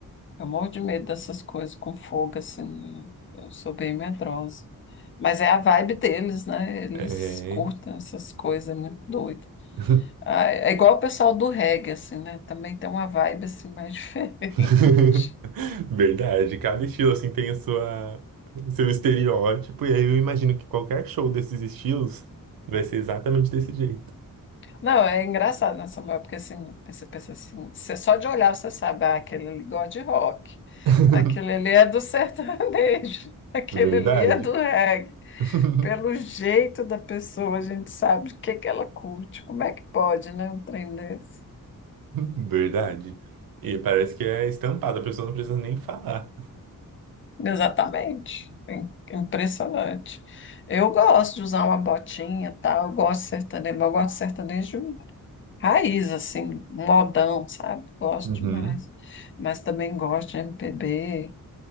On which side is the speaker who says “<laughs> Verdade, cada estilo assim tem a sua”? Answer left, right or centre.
Right